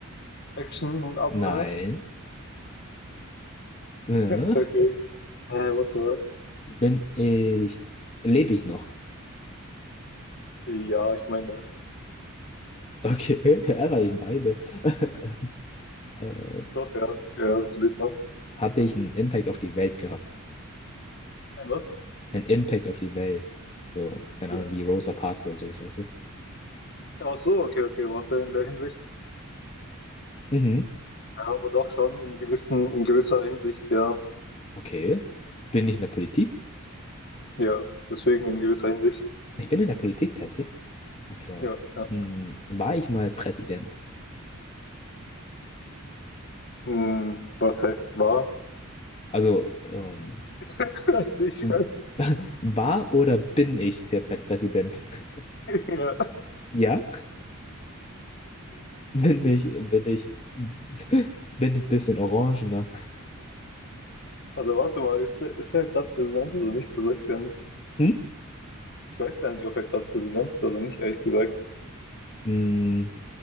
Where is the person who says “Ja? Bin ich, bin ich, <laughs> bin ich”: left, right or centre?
Left